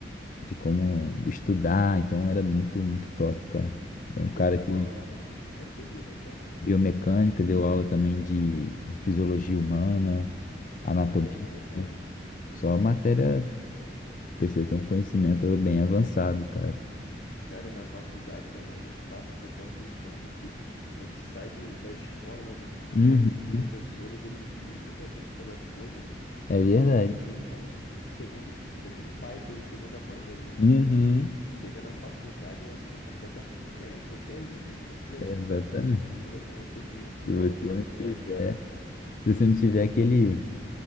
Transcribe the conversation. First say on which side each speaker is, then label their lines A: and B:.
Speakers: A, on the left; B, on the left.
A: de como estudar, então era muito, muito top, cara. É um cara
B: ele dava
A: que
B: aula de. Era o quê? Biomecânica?
A: biomecânica, deu aula também de, de fisiologia humana, anatomia.
B: Matéria importante.
A: Só matéria Precisa ter um conhecimento bem avançado, cara.
B: Cara, e na faculdade também a gente passa por aquela questão de que a gente sai do, da escola, né, do ensino
A: Uhum.
B: médio, onde os professores eles guiam muita gente pelas coisas.
A: É
B: Eles,
A: verdade.
B: eles meio que são os segundos, segundo pai da, e segunda mãe da gente,
A: Uhum.
B: né? Chega na faculdade, é uma vida é completamente diferente. Você é livre, se você não quiser estudar,
A: Exatamente.
B: você não estuda, é com você mesmo, né?
A: Se
B: Dá
A: você
B: um choque
A: não
B: de
A: tiver,
B: realidade, não dá?
A: se você não tiver aquele,